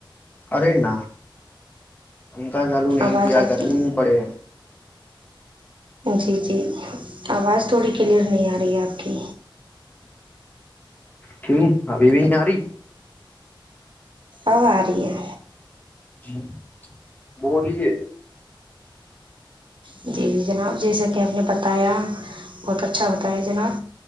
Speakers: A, on the left (about 20°); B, on the right (about 70°).
A: ارے ن انک چالو نہیں
B: آواز
A: کیا
B: آپ
A: کرنے
B: کی
A: پڑے
B: جی جی آواز تھوڑی کلیئر نہیں آ رہی ہے آپ کی
A: کیوں ا بھیئی ساری
B: ا آ رہی ہے
A: جی وہ رہ ہے
B: جی جی جناب جیسا کہ ہم نے بتایا بہت اچھا ہوتایا جناب